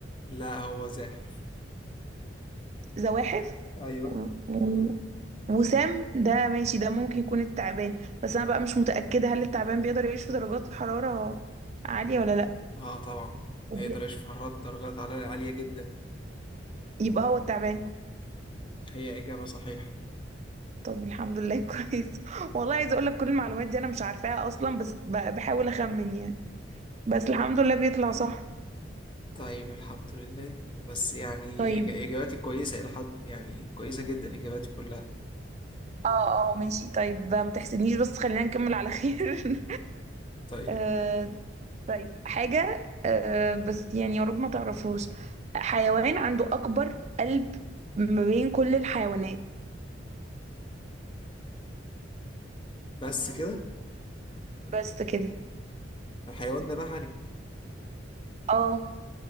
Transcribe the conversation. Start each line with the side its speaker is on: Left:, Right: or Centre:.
Left: لا هو زاحف
Right: زواحف
Left: ايوه
Right: و- و- وسام ده ماشي ده ممكن يكون التعبان بس انا بقى مش متأكدة هل التعبان بيقدر يعيش في درجات حرارة عالية ولا لا
Left: اه طبعا
Right: وبي-
Left: هيقدر يشوف حرارة درجات عال- عالية جدا
Right: يبقى هو التعبان
Left: هي إجابة صحيحة
Right: طب الحمد لله <laughs> كويس والله عايزة اقول لك كل المعلومات دي انا مش عارفاها اصلا بس ب- بحاول اخمن يعني بس الحمد لله بيطلع صح
Left: طيب الحمد لله بس يعني
Right: طيب
Left: إج- إجاباتي كويسة إلى حد يعني كويسة جدا إجاباتي كلها
Right: اه اه ماشي طيب ما تحسدنيش بس خلينا نكمل على خير <laughs>
Left: طيب
Right: آه طيب حاجة آه بس يعني يا رب ما تعرفوش حيوان عنده أكبر قلب ما بين كل الحيوانات
Left: بس كده
Right: بس كده
Left: الحيوان ده بحري
Right: اه